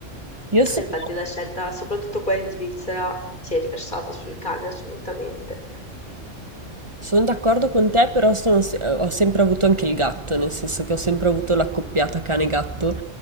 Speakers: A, on the right (about 25°); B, on the left (about 40°).
A: Io sono
B: E Infatti la scelta, soprattutto qua in Svizzera, si è riversata sul cane assolutamente.
A: Sono d'accordo con te, però sono se- eh, ho sempre avuto anche il gatto, nel senso che ho sempre avuto l'accoppiata cane-gatto